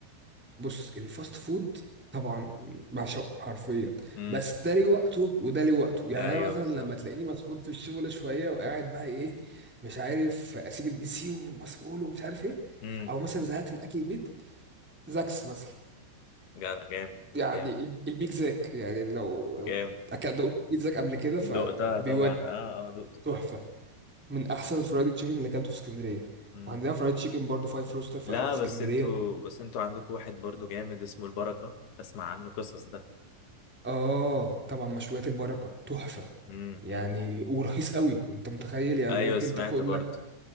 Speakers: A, in the centre; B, on the left.
A: بص الفاست فود طبعا بعشقه حرفيا
B: امم
A: بس ده ليه وقته وده ليه وقته يعني
B: ايوه
A: انا مثلا
B: بالظبط
A: لما تلاقيني مسحول في الشغل شويه وقاعد بقى ايه مش عارف اسيب البي سي ومسحول ومش عارف ايه
B: امم
A: او مثلا زهقت من اكل البيت زاكس مثلا
B: جدع جامد
A: يعني
B: جامد
A: ال- البيك زاك يعني لو
B: جامد
A: لو اكلت دوقت بيك زاك قبل كده فبيودع
B: دقتها طبعا اه اه دقت دقت.
A: تحفه من احسن الفرايد تشيكن اللي اكلته في اسكندريه
B: مم.
A: وعندنا فرايد تشيكن برضو فايف روستر في
B: لا
A: في اسكندريه
B: بس انتوا بس انتوا عندكم واحد برضو جامد اسمه البركة اسمع عنه قصص ده
A: اه طبعا مشويات البركه تحفه
B: مم.
A: يعني
B: مم.
A: ورخيص قوي انت متخيل يعني
B: ايوه
A: ممكن
B: سمعت
A: تاكل
B: برضو
A: لك